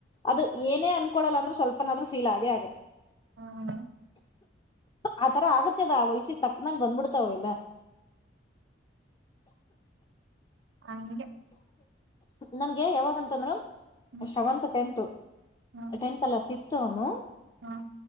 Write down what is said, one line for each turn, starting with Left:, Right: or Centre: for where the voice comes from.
Left: ಅದು ಏನೇ ಅನ್ಕೊಳ್ಳಲ್ಲ ಅಂದ್ರ ಸ್ವಲ್ಪನಾದ್ರು ಫೀಲ್ ಆಗೇ ಆಗುತ್ತೆ.
Right: ಹ್ಮ್
Left: ಆತರ ಆಗತ್ತದ ಆ ವಯ್ಸಿಗೆ ತಕ್ನಾಗ್ ಬಂದ್ಬಿಡ್ತಾವ ಎಲ್ಲ.
Right: ಹಂಗೆ.
Left: ನನ್ಗೆ ಯಾವಾಗ ಅಂತದ್ರ.
Right: ಹ್ಮ್
Left: ಶವಂತ್ ಟೆಂತ್
Right: ಹ್ಮ್
Left: ಟೆಂತ್ ಅಲ್ಲ ಫಿಫ್ತ್ ಅವನು.
Right: ಹ್ಮ್